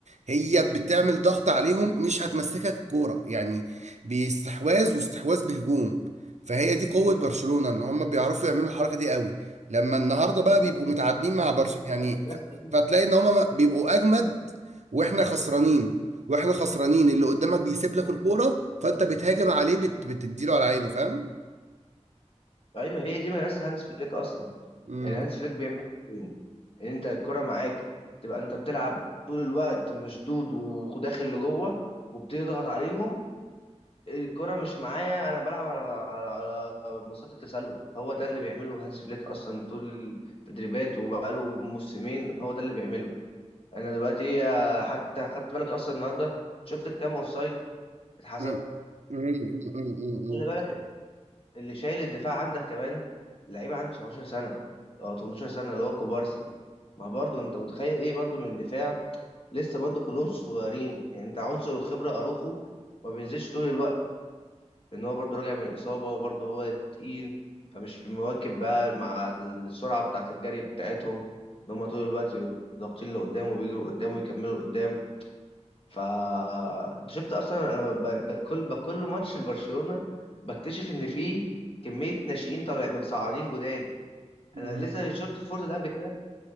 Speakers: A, on the right; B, on the left.
A: هي بتعمل ضغط عليهم مش هتمسكك الكوره يعني باستحواذ واستحواذ بهجوم فهي دي قوه برشلونه ان هم بيعرفوا يعملوا الحركه دي قوي لما النهارده بقى بيبقوا متعادلين مع برشلونه
B: دي مثلا
A: يعني
B: مدرسة
A: ف-
B: هانز
A: فتلاقي ان هم بيبقوا اجمد واحنا خسرانين واحنا خسرانين اللي قدامك بيسيب لك
B: فليك.
A: الكوره فانت بتهاجم عليه بت... بتديله على عينه فاهم
B: ايوه هي دي مدرسة هانز فليك اصلا
A: امم
B: يعني هانز فليك بيعمل حاجتين ان انت الكرة معاك تبقى انت بتلعب طول الوقت مشدود وداخل لجوه وبتضغط عليهم الكرة مش معايا انا بلعب على على على مسات التسلل هو ده اللي بيعمله هانز فليك اصلا طول التدريبات وبقاله موسمين هو ده اللي بيعمله انا دلوقتي آه، حتى خدت بالك اصلا النهارده شفت كام اوفسايد اتحسب
A: امم امم امم. امم.
B: خلي بالك اللي شايل الدفاع عندك كمان لعيب عنده 17 سنه او 18 سنه اللي هو كوبارسي ما برضه انت متخيل ايه برضه من الدفاع لسه برضه كلهم صغيرين يعني انت عنصر الخبره اروخو ما بينزلش طول الوقت ان هو برضه راجع من اصابه وبرضه هو تقيل فمش في مواكب بقى مع السرعه بتاعه الجري بتاعتهم ان هم طول الوقت بي- ضاغطين لقدام وبيجروا قدام ويكملوا قدام ف أنت شفت اصلا أنا ب- بكل بكل ماتش لبرشلونه بكتشف ان في كميه ناشئين طالع متصاعدين جداد
A: امم.
B: انا لسه شفت فورد ده قبل كده